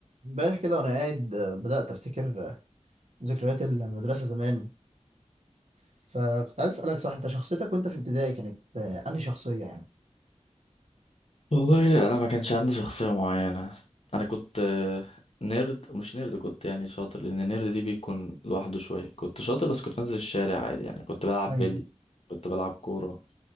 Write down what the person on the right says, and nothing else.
امبارح كده وانا قاعد آه، بدأت افتكر آه، ذكريات المدرسة زمان فكنت عايز اسألك صح انت شخصيتك وانت في ابتدائي كانت آه، انهي شخصية يعني
ايوه